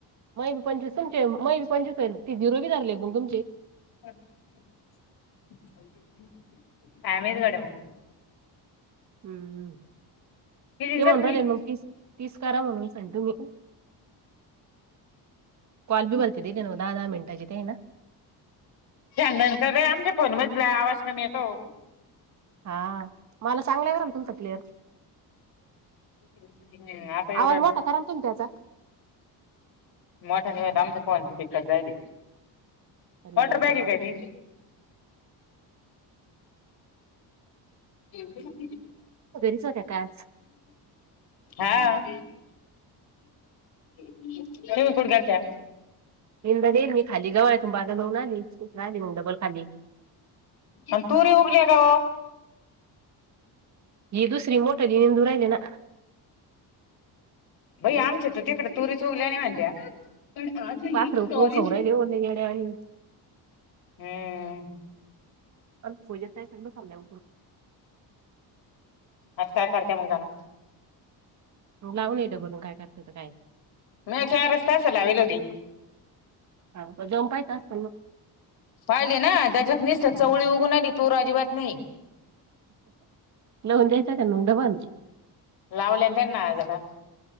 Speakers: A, on the right; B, on the left.
A: मै बी पंचवीस तुमचे मै बी पंचवीस ते झिरो बी धरले मग तुमचे?
B: काय माहित गड्या मंग
A: हम्म.
B: किती
A: ते म्हणू
B: बसली
A: राहिले मग तीस तीस का म्हणून सांग तुम्ही कॉल बी बोलते दिल दहा, दहा मिनटाचे तीन
B: फॅन रे आमच्या फोन मजला आवाज कमी येतोय.
A: हा मला चांगलं येऊ राहिलाय तुमचा क्लियर.
B: हम्म, आता येऊ
A: आवाज
B: राहिला
A: मोठा कारण तुम्ही त्याचा
B: मोठा नाही होत आमचा फोनचा स्पीकर जायेल हे.
A: अरे
B: वॉटर बॅग
A: देवा
B: आहे त्यांची एवढ,
A: घरीच होत्या का आज
B: हा, तुम्ही कुड कात्या
A: येईल तर येईल मी खाली जवळ आहे. तु आता घाऊन आली मगडबल खाली
B: आणि तुरी उगली का
A: जी दुसरी मोठलिून दरयना.
B: भाई आमच्या तर तिकडे तुरिस् वगल्या आणि म्हणत्या. पण आजही
A: पाखरं उकरून
B: कॉलेज
A: खाऊ राहिले ओ लय येड्यावानी
B: हम्म.
A: अ फोज सांगलं लल्या
B: आज काय करतेय मग त्याला
A: लावून येतं बोलून काय करायचं होत काय.
B: मी चार रस्ता सला वेलोधी
A: हा जाऊन पाहतो.
B: पाहिले ना त्याच्यात निसत चवळी उघून आली तुर अजिबात नाही.
A: लहून द्यायच का मगदा बल
B: लावलेंत ना जरा